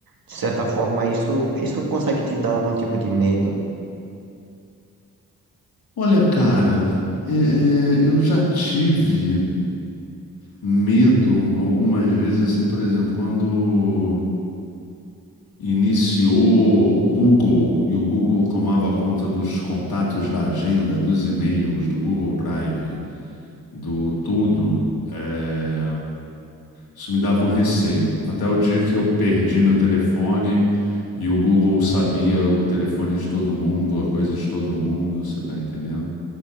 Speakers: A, on the right (about 75°); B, on the left (about 85°).
A: De certa forma, isso, isso consegue te dar algum tipo de medo?
B: Olha, cara, é, é, eu já tive medo algumas vezes, assim, por exemplo, quando iniciou o Google e o Google tomava conta dos contatos da agenda, dos e-mails, do Google Drive. do tudo, é, isso me dava um receio. Até o dia que eu perdi meu telefone e o Google sabia o telefone de todo mundo, a coisa de todo mundo, você tá entendendo?